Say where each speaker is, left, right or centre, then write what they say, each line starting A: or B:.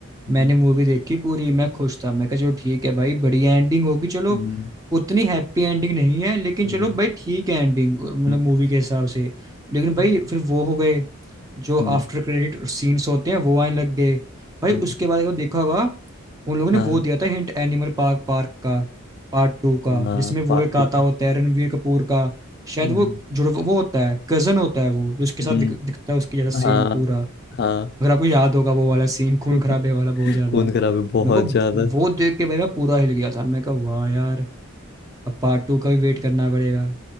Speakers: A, on the left; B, on the right.
A: हम्म,
B: मैंने मूवी देखी पूरी मैं खुश था मैं कहा चलो ठीक है भाई बढ़िया एंडिंग होगी चलो
A: हम्म,
B: उतनी हैप्पी एंडिंग नहीं है लेकिन
A: हम्म,
B: चलो भाई ठीक है एंडिंग मतलब
A: हम्म,
B: मूवी के हिसाब से लेकिन भाई
A: हम्म,
B: फिर वो हो गए जो आफ्टर
A: हम्म,
B: क्रेडिट सीन्स होते हैं वो आने लग गए भाई
A: हम्म,
B: उसके बाद अगर देखा होगा उन लोगों ने
A: हाँ
B: वो दिया था हिंट एनिमल पार्क पार्क का पार्ट टू का
A: हाँ
B: जिसमें
A: पार्ट
B: वो एक
A: टू
B: आता होता है रणवीर कपूर का शायद
A: हम्म
B: वो जुड़ वो होता है कजन होता है वो जो उसके
A: हम्म
B: साथ दिख, दिखता है उसके जैसा सेम
A: हाँ
B: पूरा
A: हाँ
B: अगर आपको याद होगा वो वाला सीन
A: <laughs>
B: खून खराबे वाला बहुत ज्यादा
A: खून खराब है बहुत
B: तो मेरे को
A: ज्यादा
B: वो देख के भाई मैं पूरा हिल गया था मैं कहा वाह यार अब पार्ट टू का भी वेट करना पड़ेगा